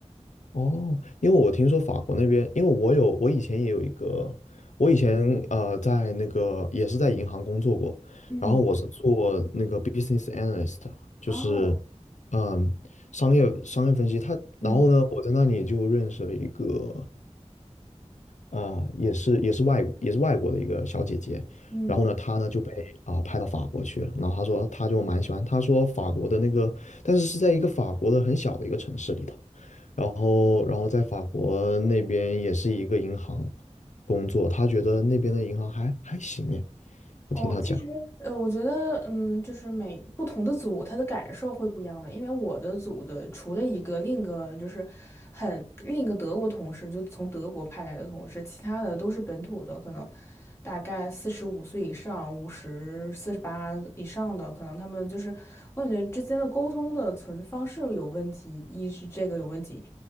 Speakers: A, on the left; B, on the left.
A: 哦，因为我听说法国那边，因为我有我以前也有一个，我以前呃在那个也是在银行工作过，
B: 嗯。
A: 然后我是做那个 business analyst，就是
B: 哦，
A: 嗯商业商业分析。他然后呢，
B: 嗯
A: 我在那里就认识了一个啊，也是也是外也是外国的一个小姐姐，
B: 嗯，
A: 然后呢，她呢就被啊、派到法国去了，然后她说她就蛮喜欢，她说法国的那个，但是是在一个法国的很小的一个城市里头，然后然后在法国那边也是一个银行工作，她觉得那边的银行还还行耶。我听她讲，
B: 哦，其实呃，我觉得嗯，就是每不同的组，他的感受会不一样的。因为我的组的除了一个，另一个就是很另一个德国同事，就从德国派来的同事，其他的都是本土的，可能大概四十五岁以上、五十、四十八以上的，可能他们就是我感觉之间的沟通的存方式有问题，一是这个有问题，